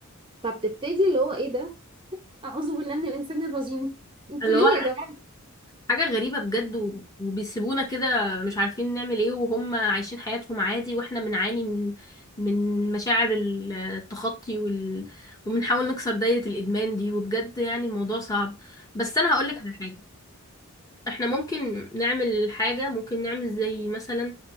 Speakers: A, on the right (about 20°); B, on the left (about 15°).
A: فبتبتدي اللي هو ايه ده اعوذ بالله من الانسان الرجيم انتوا
B: اللي
A: ليه
B: هو
A: يا جماعه
B: حاجه غريبه بجد و... وبيسيبونا كده مش عارفين نعمل ايه وهم عايشين حياتهم عادي واحنا بنعاني من من مشاعر ال- التخطي وال... وبنحاول نكسر دايره الادمان دي وبجد يعني الموضوع صعب بس انا هقولك على حاجه احنا ممكن نعمل حاجة ممكن نعمل زي مثلا